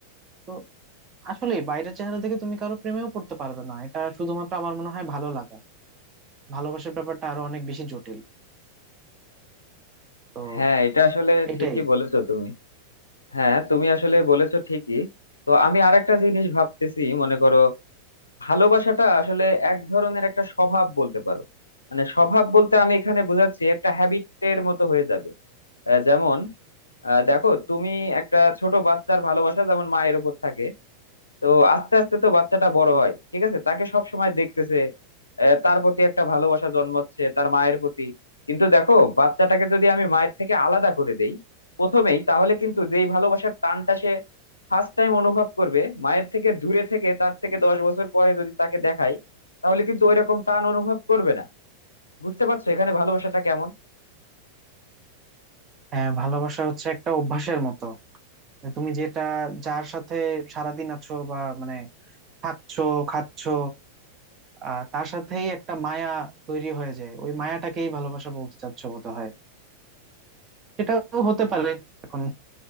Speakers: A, on the right (about 30°); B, on the left (about 75°).
A: তো আসলে বাইরের চেহারা দেখে তুমি কারো প্রেমেও পড়তে পারবে না এটা শুধুমাত্র আমার মনে হয় ভালো লাগা ভালোবাসার ব্যাপারটা আরো অনেক বেশি জটিল তো
B: হ্যাঁ এটা আসলে
A: এটাই
B: ঠিকই বলেছো তুমি হ্যাঁ তুমি আসলে বলেছো ঠিকই তো আমি আরেকটা জিনিস ভাবতেছি মনে করো ভালোবাসাটা আসলে এক ধরনের একটা স্বভাব বলতে পারো মানে স্বভাব বলতে আমি এখানে বোঝাচ্ছি একটা হ্যাবিটের মতো হয়ে যাবে আহ, যেমন আহ, দেখো তুমি একটা ছোট বাচ্চার ভালোবাসা যেমন মায়ের উপর থাকে তো আস্তে আস্তে তো বাচ্চাটা বড় হয় ঠিক আছে তাকে সব সময় দেখতেছে আহ, তার প্রতি একটা ভালোবাসা জন্মাচ্ছে তার মায়ের প্রতি কিন্তু দেখো বাচ্চাটাকে যদি আমি মায়ের থেকে আলাদা করে দেই প্রথমেই তাহলে কিন্তু যেই ভালোবাসার টানটা সে ফার্স্ট টাইম অনুভব করবে মায়ের থেকে দূরে থেকে তার থেকে দশ বছর পরে যদি তাকে দেখাই তাহলে কিন্তু ওই রকম টান অনুভব করবে না বুঝতে পারছো এখানে ভালোবাসাটা কেমন
A: হ্যাঁ ভালোবাসা হচ্ছে একটা অভ্যাসের মতো তুমি যেটা যার সাথে সারাদিন আছো বা মানে থাকছো খাচ্ছো আহ তার সাথেই একটা মায়া তৈরি হয়ে যায় ওই মায়াটাকেই ভালোবাসা বলতে চাচ্ছো বোধ হয় সেটাও হতে
B: হ্যাঁ
A: পারে এখন